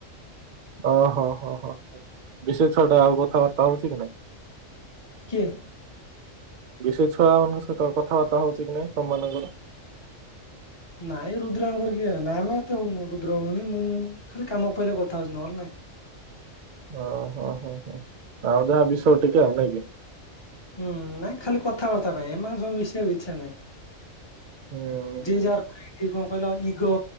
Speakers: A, on the right (about 65°); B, on the left (about 20°).
A: ଓହୋ ହୋ ହୋ ହୋ ବି ଶି ଏ ଛୁଆ ଟେ ଆଉ କଥାବାର୍ତ୍ତା ହଉଛି କି ନାଇଁ।
B: କିଏ।
A: ବି ସି ଏ ଛୁଆ ମାନଙ୍କ ସହିତ କଥାବାର୍ତ୍ତା ହଉଛି କି ନାଇଁ ତମ ମାନଙ୍କର
B: ନାଇଁ ରୁଦ୍ରା ବୁ କିଏ ନା ଆମ ଏତେ ହଉନୁ ରୁଦ୍ର ହଉନି ମୁଁ ଖାଲି କାମ ପାଇଲେ କଥା ହଉଛୁ ନ ହେଲେ ନାଇଁ।
A: ଓହୋ ହୋ ହୋ ଆଉ ଯାହା ବିଷୟ ଟିକେ ଆଉ ନାଇକି।
B: ହୁଁ ନାଇଁ ଖାଲି କଥାବାର୍ତ୍ତା ପାଇଁ ଏମାନ ସବୁ ମିଶିବାକୁ ଇଚ୍ଛା ନାହିଁ।
A: ହୁଁ,
B: ଯେ ଯାହାର <inaudible> କଣ କହିଲ ଇଗୋ